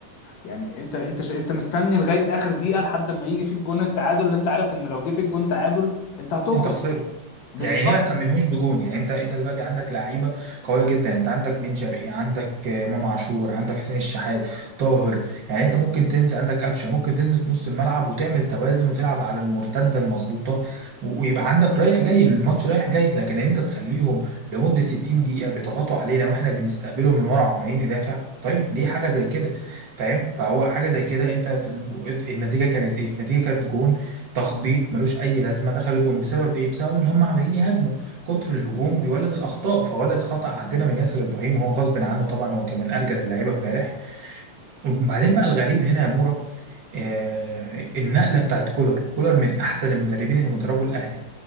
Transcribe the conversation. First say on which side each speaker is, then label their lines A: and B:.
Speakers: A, on the left; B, on the right.
A: يعني أنت أنت ش... أنت مستني لغاية آخر دقيقة لحد ما يجي فيك جون التعادل اللي أنت عارف إن لو جه فيك جون تعادل أنت هتخرج
B: انت خسرت
A: بالظبط
B: يعني ليه ما تأمنهوش بجون يعني انت انت دلوقتي عندك لعيبه قويه جدا انت عندك بن شرقي عندك آه، امام عاشور عندك حسين الشحات طاهر يعني انت ممكن تنزل عندك قفشه ممكن تنزل في نص الملعب وتعمل توازن وتلعب على المرتده المظبوطه و- ويبقى عندك رايح جاي الماتش رايح جاي لكن انت تخليهم لمده 60 دقيقه بيضغطوا علينا واحنا بنستقبلهم من ورا عمالين ندافع طيب ليه حاجه زي كده فاهم فهو حاجه زي كده انت في ال... النتيجه كانت ايه النتيجه كانت جون تخبيط ملوش اي لازمه دخل الجون بسبب ايه بسبب ان هم عمالين يهاجموا كتر الهجوم بيولد الاخطاء فولد خطأ عندنا من ياسر ابراهيم وهو غصب عنه طبعا هو كان من ارجل اللعيبه امبارح وبعدين بقى الغريب هنا يا مورا آه، النقله بتاعت كولر كولر من احسن المدربين اللي مدربوا الاهلي